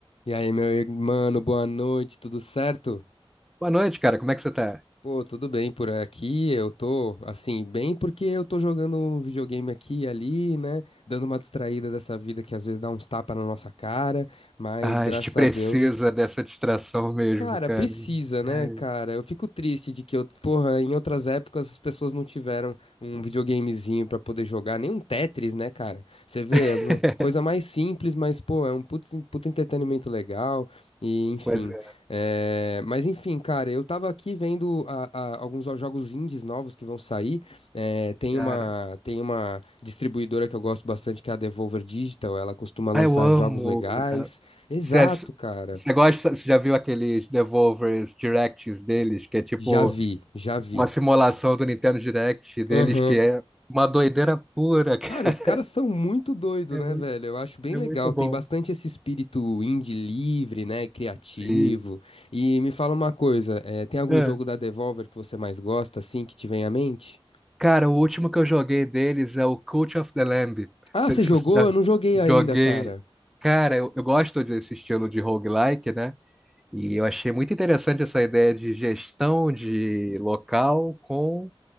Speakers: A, on the left; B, in the centre.
A: E aí, meu irmão, boa noite, tudo certo?
B: Boa noite, cara. Como é que você tá?
A: Pô, tudo bem por aqui. Eu tô, assim, bem porque eu tô jogando um videogame aqui e ali, né? Dando uma distraída dessa vida que às vezes dá uns tapas na nossa cara, mas
B: Ah,
A: graças
B: a gente precisa
A: a Deus.
B: dessa distração mesmo,
A: Cara,
B: cara.
A: precisa, né,
B: É.
A: cara? Eu fico triste de que eu, porra, em outras épocas as pessoas não tiveram um videogamezinho pra poder jogar, nem um Tetris, né, cara? Você vê,
B: <laughs>
A: é uma coisa mais simples, mas, pô, é um puto, puto entretenimento legal, e enfim.
B: Pois é,
A: É, Mas enfim, cara, eu tava aqui vendo a- a- alguns jo- jogos indies novos que vão sair. É, tem
B: cara.
A: uma, tem uma distribuidora que eu gosto bastante, que é a Devolver Digital, ela costuma lançar
B: Ah, eu amo.
A: jogos legais.
B: né?
A: Exato,
B: Você ach-
A: cara.
B: você gosta, você já viu aqueles Devolvers Directs deles, que é tipo
A: Já vi, já vi.
B: uma simulação do Nintendo Direct deles,
A: Aham.
B: que é uma doideira pura, <laughs> cara.
A: Cara, os caras são muito doidos,
B: É
A: né,
B: muito,
A: velho? Eu acho bem
B: é
A: legal.
B: muito bom.
A: Tem bastante esse espírito indie livre, né? Criativo.
B: Sim.
A: E me fala uma coisa: eh, tem algum
B: É.
A: jogo da Devolver que você mais gosta, assim, que te vem à mente?
B: Cara, o último que eu joguei deles é o Cult of the Lamb.
A: Ah,
B: Se,
A: você
B: se
A: jogou?
B: você já
A: Eu não joguei
B: joguei.
A: ainda, cara.
B: Cara, eu, eu gosto desse estilo de roguelike, né? E eu achei muito interessante essa ideia de gestão de local com